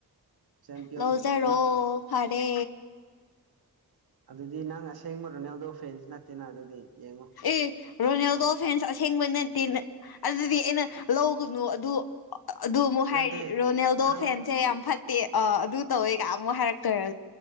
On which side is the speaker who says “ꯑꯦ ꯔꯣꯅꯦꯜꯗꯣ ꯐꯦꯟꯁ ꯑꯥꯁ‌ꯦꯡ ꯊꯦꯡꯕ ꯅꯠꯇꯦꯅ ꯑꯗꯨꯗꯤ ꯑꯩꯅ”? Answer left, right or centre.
Left